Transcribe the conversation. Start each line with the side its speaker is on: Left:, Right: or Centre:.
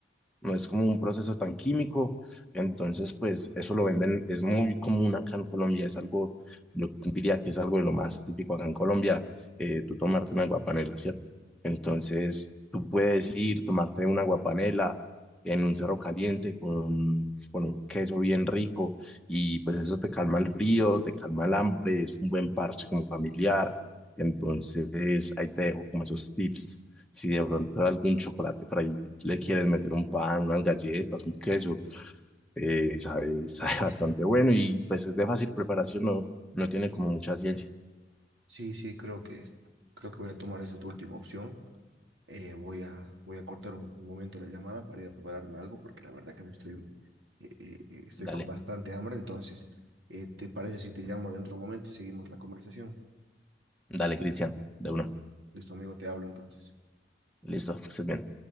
Centre: no es como un proceso tan químico, entonces pues eso lo venden, es muy común acá en Colombia, es algo, yo diría que es algo de lo más típico acá en Colombia, eh, tú tomarte una aguapanela, ¿cierto? Entonces tú puedes ir, tomarte una aguapanela en un cerro caliente con, con un queso bien rico y pues eso te calma el frío, te calma el hambre, es un buen parche como familiar, entonces ahí te dejo como esos tips. Si de pronto algún chocolate por ahí le quieres meter un pan, unas galletas, un queso, eh, sabe, <laughs> sabe bastante bueno y pues es de fácil preparación, no, no tiene como mucha ciencia.
Right: Sí, sí, creo que, creo que voy a tomar esa tu última opción. Eh, voy a, voy a cortar un, un momento la llamada para ir a prepararme algo, porque la verdad que me estoy, eh, eh, eh, estoy
Centre: Dale,
Right: con bastante hambre. Entonces, eh, ¿te parece si te llamo dentro de un momento y seguimos la conversación?
Centre: dale, Cristian, de una.
Right: Listo, amigo, te hablo entonces.
Centre: Listo, que estés bien.